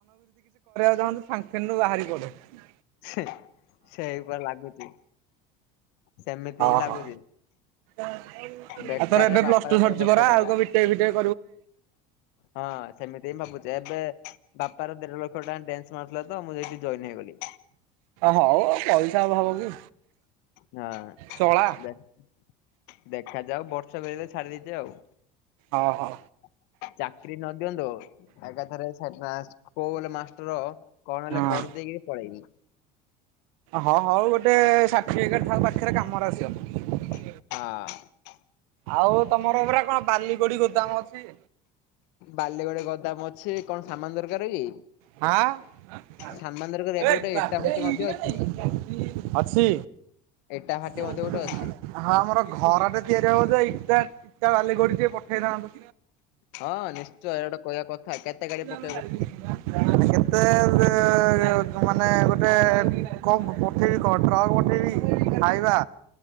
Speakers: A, on the right; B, on the left.
A: ଯନ୍ତୁ ଫ୍ରାଙ୍କ ଫେନ ରୁ ବାହାରି ପଡିବି।
B: ସେଇପା ଲାଗୁଛି ସେମିତି
A: ହଁ
B: ହିଁ ଲାଗୁଛି।
A: ହଁ ଆଉ
B: ବେକାରରେ
A: ତୋର ଏବେ
B: ବାପାର
A: ପ୍ଲସ ଟୁ
B: ଦେଢ
A: ସରିଛି
B: ଲକ୍ଷ
A: ପରା,
B: ଟଙ୍କା।
A: ଆଉ କଣ ବି ଟେକ ଫି ଟେକ
B: ହଁ ସେମିତି ହଁ ଭାବୁଛି ଏବେ ବାପାର ଦେଢ ଲକ୍ଷ ଟଙ୍କା ଡେନ୍ସ ତ ମୁଁ ଯାଇଁ ଜଏନ ହେଇଗଲି।
A: ହଉ ପଇସା ଅଭାବ କି?
B: ହଁ
A: ଚଳା
B: ଦେ-ଦେଖାଯାଉ ବର୍ଷ କରେ ଛାଡି ଦେଇଛି ଆଉ।
A: ହଁ ହୋ।
B: <unintelligible> ଚାକିରି ନ ଦିଅନ୍ତୁ, ଏକାଥରେ ସେ <unintelligible> ସ୍କୁଲ୍ ମାଷ୍ଟର କଣ ହେଲେ
A: ହଁ।
B: କରିଦେଇକି ପଳେଇବି।
A: ହଁ ହଉ ଗୋଟେ ସର୍ଟିଫିକେଟ ଥାଉ ପାଖରେ କାମରେ ଆସିବ।
B: ହଁ।
A: ଆଉ ତମର ପୁରା କଣ ବାଲି ଗୋଡି ଗୋଦାମ ଅଛି?
B: ବାଲି, ଗୋଡି ଗୋଦାମ ଅଛି କଣ ସାମାନ ଦରକାର କି?
A: ହାଁ? <unintelligible>
B: ସାମାନ ଦରକାର ଏବେ ଗୋଟେ ଇଟା ଭାଟି ମଧ୍ୟ ଅଛି
A: ଅଛି?
B: ଇଟା ଭାଟି
A: ହଁ
B: ମଧ୍ୟ ଗୋଟେ ଅଛି।
A: ଆମର ଘର ଟେ ତିଆରି ହବ ଯାଇ। ଇଟା-ଇଟା, ବାଲି, ଗୋଡି ଟିକେ ପଠେଇ ଥାନ୍ତ।
B: ହଁ ନିଶ୍ଚୟ ଏଇ ଗୋଟେ କହିବା କଥା କେତେ ଗାଡି ପ
A: କେତେ
B: <inaudible>
A: ମାନେ ଗୋଟେ କଣ ପଠେଇବି କହ ଟ୍ରକ୍ ପଠେଇବି, ଖାଇବା